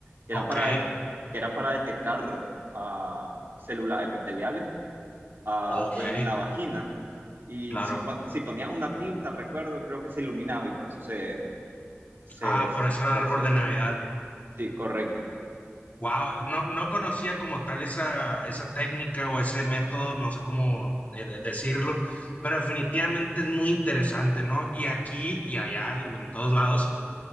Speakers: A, on the right; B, on the left.
A: que
B: Ok,
A: era para, que era para detectar ah, células epiteliales ah,
B: ok,
A: en la vagina. Y
B: claro.
A: si, po- si ponía una tinta, recuerdo, creo que se iluminaba y por eso se, se,
B: Ah,
A: se
B: por eso el árbol
A: decía así.
B: de Navidad.
A: Sí, correcto.
B: Wow, no, no conocía como tal esa, esa técnica o ese método, no sé cómo eh, de- decirlo, pero definitivamente es muy interesante, ¿no? Y aquí y allá, en, en todos lados,